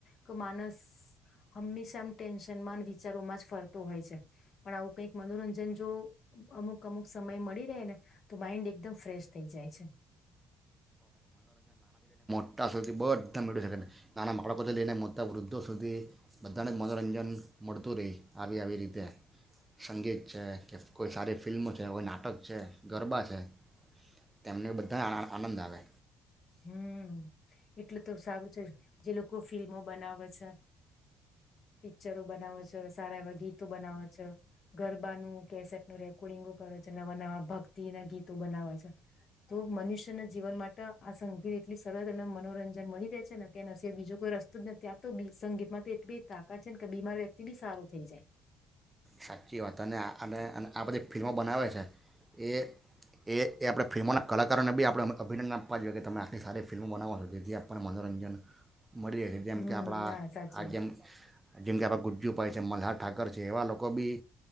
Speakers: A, on the left; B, on the right.
A: કે માનસ હંમેશા આમ ટેન્શન સમાન વિચારોમાં જ ફરતો હોય છે પણ આવું કક મનોરંજન જો અમુક અમુક સમય મળી રહે ને તો માઈન્ડ એકદમ ફ્રેશ થઈ જાય છે.
B: સપ્્ટતા સુધી બધા મેળવી શકે નાના બાળકોથી લઈને મોટા વૃદ્ધો સુધી બધાને જ મનોરંજન મળતું રહી આવી આવી રીતે સંગીત છે કે કોઈ સારી ફિલ્મ છે કોઈ નાટક છે ગરબા છે તેમને બધાને આનંદ આવે.
A: હમ્મ એટલું તો સારું છે જે લોકો ફિલ્મો બનાવે છે પિક્ચરો બનાવે છે સારા એવા ગીતો બનાવે છે ગરબાનું કેસેટ નું રેકોર્ડિંગો કરે છે નવા નવા ભક્તિ ના ગીતો બનાવે છે તો મનુષ્ય ના જીવન માટે સંગીત એટલી સરસ અને મનોરંજન મળી રહેે છેને કે બીજો કોઈ રસ્તો જ નથી આપતો સંગીતમાં તો એટલી તાકાત છે ને કે બીમાર વ્યક્તિ બી સારો થઈ જાય.
B: સાચી વાત અને આ અને અને આ બધી ફિલ્મો બનાવે છે એ એ એ આપણે ફિલ્મોના કલાકારોને બી આપણે અભિનંદન આપવા જોઈએ કે તમે આખલી સારી ફિલ્મો બનાવો છો જેથી આપણને મનોરંજન મળી રહે છે જેમ
A: હમ
B: કે આપણા
A: ના સાચે
B: આ જેમ જેમ કે આપણા ગુજ્જુભાઈ છે મલ્હાર ઠાકર છે એવા લોકો બી